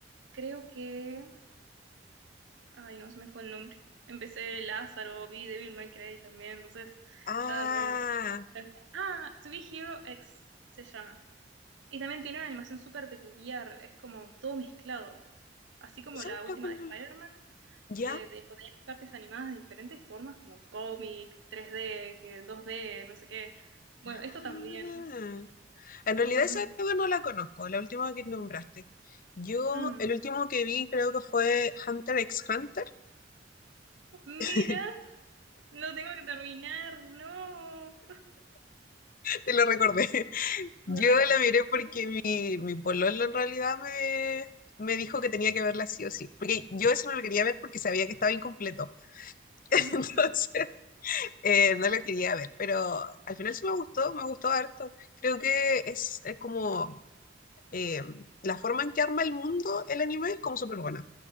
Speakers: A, on the right (about 85°); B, on the left (about 45°).
A: Creo que Ay, no se me fue el nombre. Empecé Lázaro, vi Devil May Cry también, entonces
B: Ah,
A: ya son... Ah, To Be Hero X se llama. Y también tiene una animación súper peculiar, es como todo mezclado. Así como
B: esa
A: la última
B: creo que no
A: de Spider-Man,
B: la- ¿Ya?
A: que te ponía cartas animadas de diferentes formas, como cómic, 3D, que 2D, no sé qué. Bueno,
B: Ah.
A: esto también
B: En
A: está
B: realidad
A: muy...
B: esa creo que no la conozco, la última que nombraste. Yo,
A: Mm,
B: el último que vi creo que fue Hunter x Hunter,
A: Mira,
B: <laughs>
A: lo tengo que terminar, no.
B: te lo recordé. Yo
A: Me persigue.
B: la miré porque mi, mi pololo en realidad me, me dijo que tenía que verla sí o sí. Porque yo eso no lo quería ver porque sabía que estaba incompleto. <laughs> Entonces,
A: Ujú,
B: eh, no lo quería ver. Pero al final sí me gustó, me gustó harto. Creo que es, es como eh, la forma en que arma el mundo el anime es como súper buena.